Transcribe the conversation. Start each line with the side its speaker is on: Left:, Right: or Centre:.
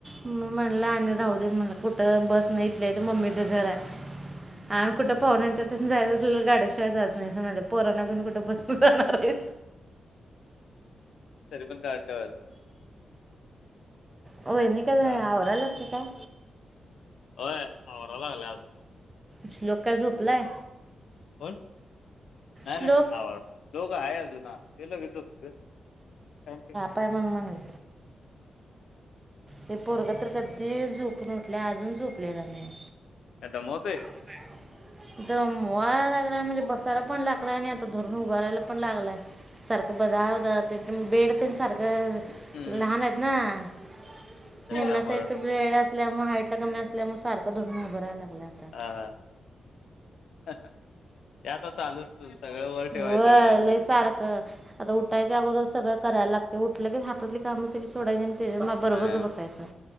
Right: म्हणलं आणि राहू दे म्हण कुठं बस नाही इथले तर मम्मीच घर आहे. आणि कुठं पाहुण्याच्या पण जायच असले गाड्याशिवाय जात नाही माझ्या पोराना प कुठं बसून जाणार आहे.
Left: सरी पण काटवर <unintelligible>
Right: वहिनी काय
Left: हा
Right: आवराल्यात कि काय?
Left: होय आवराल्यात.
Right: श्लोक काय झोपलाय?
Left: होण नाही
Right: श्लोक
Left: नाही आव लोक आहे अजुून ते लोक येतो तझ <unintelligible> थँक्यू <unintelligible>
Right: पाय म्हण म्हगून ते पोरगं तर कधी झोपून उठले अजून झोपलेला नाही.
Left: काय दमवतोय?
Right: <inaudible> <unintelligible> दमवा लागँलाय म्हणजे बसायला पण लागला आणि आता धरून पण लागलाय. सारखं बधा बेड पण सारखं
Left: हम्म
Right: लहान आहेत ना <unintelligible> निम्म्या
Left: त्याच्यामुळं
Right: साईजचबेड असल्यामुळे हईट ला कमी असल्यामुळेग सारखं धरून उभरायला लागलं आता.
Left: ह ते याता चालूच सगळं वर ठेवायचं
Right: होय
Left: व्यवस्थित.
Right: लय सारखं आता उठायच्या अगोदर सगळं कराय लागते. उठलं की हातातली कामं सगळी सोडायची आणि. तेचा मग बरोबरच
Left: हा
Right: बसायचं.